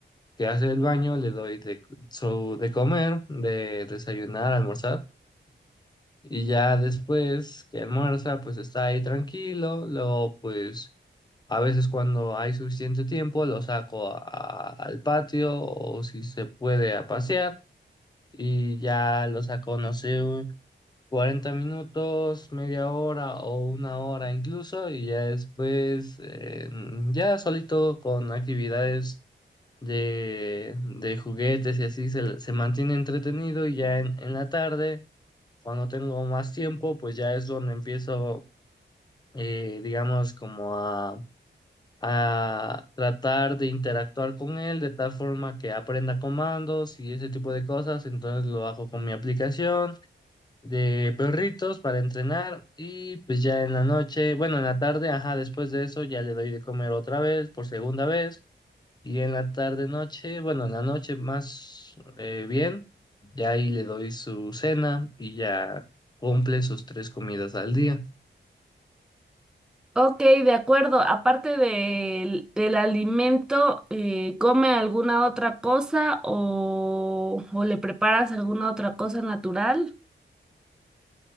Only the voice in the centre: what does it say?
Ok, de acuerdo. Aparte del, del alimento, eh, ¿come alguna otra cosa o, o le preparas alguna otra cosa natural?